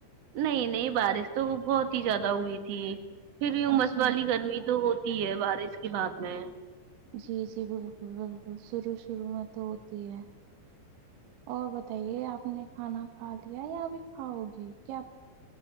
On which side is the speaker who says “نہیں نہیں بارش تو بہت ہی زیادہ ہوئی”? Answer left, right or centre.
Right